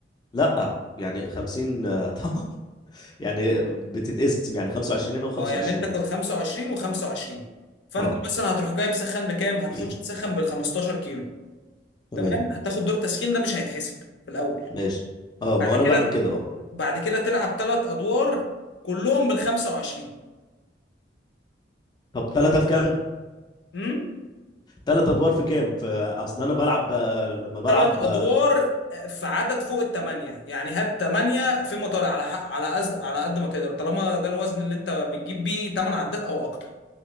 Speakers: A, on the left; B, on the left.
A: لا يعني 50 آه، <laughs> طبعا يعني بتتقسم يعني 25 هنا و25
B: اه يعني انت
A: هنا
B: كنت 25 و25 فانت
A: اه
B: مثلا هتروح جاي مسخن بكام هتخش
A: <clears throat>
B: تسخن بال 15 كيلو
A: تمام
B: تمام هتاخد دور تسخين ده مش هيتحسب في الاول
A: ماشي اه ما
B: بعد
A: انا
B: كده
A: بعمل كده اه
B: بعد كده تلعب ثلاث ادوار كلهم بال 25
A: طب ثلاثة في كام؟
B: امم
A: ثلاث ادوار في كام؟ في اصل انا بلعب آه، لما بلعب
B: ثلاث ادوار
A: آه،
B: آه، في عدد فوق الثمانيه يعني هات ثمانيه فيما طالع على حق على أز... على قد ما تقدر طالما ده الوزن اللي انت بتجيب بيه 8 عدات او اكتر